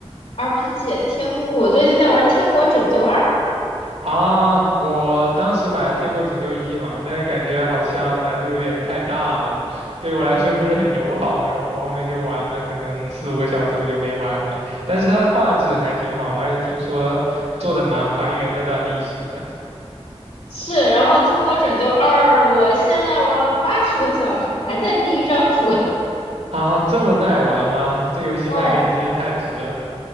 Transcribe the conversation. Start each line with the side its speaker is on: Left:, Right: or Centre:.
Left: RPG 天，我最近在玩《天国拯救二》。
Right: 啊，我当时买了《天国拯救一》嘛，但是感觉好像难度有点太大了，对我来说不是很友好。然后我后面就玩了，可能四五个小时我就没玩了。但是它的画质还挺好的，而且听说做的蛮还原那段历史的。
Left: 是，然后《天国拯救二》，我现在玩了八十个小时，还在第一张图。
Right: 啊，这么耐玩吗？这游戏卖给你真的太值了。
Left: <laughs> 哦，